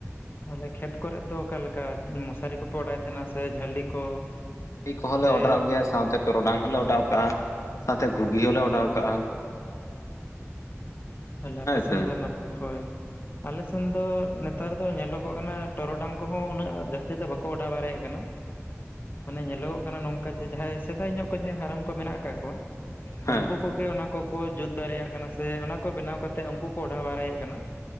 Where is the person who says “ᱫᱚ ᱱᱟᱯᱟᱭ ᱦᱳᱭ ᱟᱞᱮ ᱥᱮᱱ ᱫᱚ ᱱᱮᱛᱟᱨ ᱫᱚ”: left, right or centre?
Left